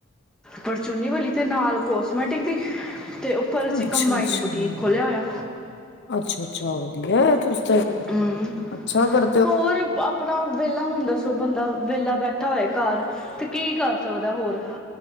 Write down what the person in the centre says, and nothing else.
ਪਰਚੂਨੀ ਵਾਲੀ ਤੇ ਨਾਲ ਕੋਸਮੈਟਿਕ ਦੀ ਤੇ ਉੱਪਰ ਅਸੀਂ
ਕੰਬਾਈਨਡ ਬੁਟੀਕ ਖੋਲਿਆ ਹੋਇਆ
ਹਮ
ਹੋਰ ਆ ਆਪਣਾ ਵਿਹਲਾ ਹੁਣ ਦੱਸੋ ਬੰਦਾ ਵਿਹਲਾ ਬੈਠਾ ਹੋਏ ਘਰ ਤੇ ਕੀ ਕਰ ਸਕਦਾ ਹੋਰ